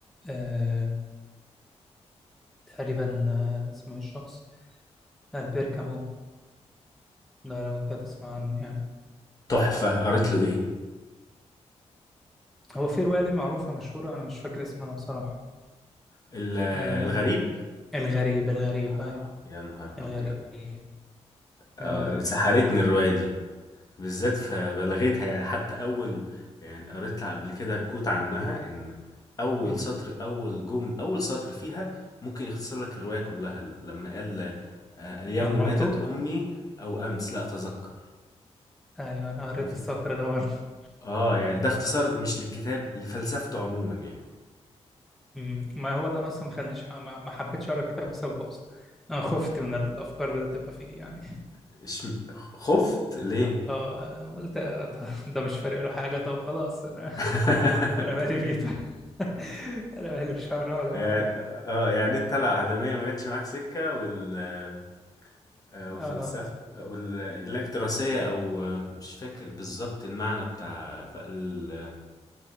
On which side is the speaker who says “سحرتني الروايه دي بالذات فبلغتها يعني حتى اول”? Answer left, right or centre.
Left